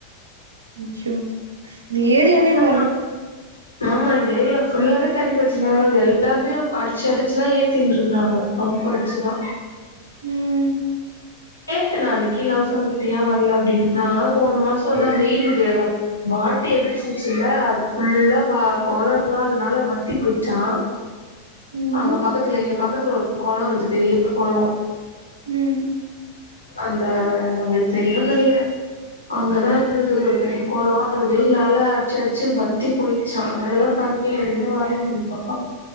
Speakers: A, on the right; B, on the left.
A: <unintelligible> ஏரியாலே
B: ஏன்னா
A: வரல
B: ஆமா இந்த ஏரியா ஃபுல்லாவே தண்ணி ப்ரச்சன எல்லாருமே அடிச்சு அடிச்சுதா ஏத்தின்ருக்கறாங்க பம்ப் அடிச்சுதா
A: ம்
B: கேட்ட நா அன்னக்கி கீழ ஹவுஸ்ஓனர் கிட்ட ஏன் வர்ல அப்டின்னா போன மாசோந்தா வெயிலு வாட்டி எதச்சுச்சுல்ல அத ஃபுல்லா வா கொளொல்லா அதனால வத்தி போய்ட்ச்சா
A: ம்
B: அங்க பக்கத்துல எங்க பக்கத்துல ஒரு கொளொ இருக்குது பெரிய கொளொ
A: ம்
B: அந்த உங்களுக் தெரியு நெனக்கிற அங்கதா இருக்குது ஒரு பெரிய கொளொ அது வெயில் னால அட்ச்சு அட்ச்சு வத்தி போயிட்ச்சா அதனாலதா தண் எதுமே வரலய இந்த பக்கோ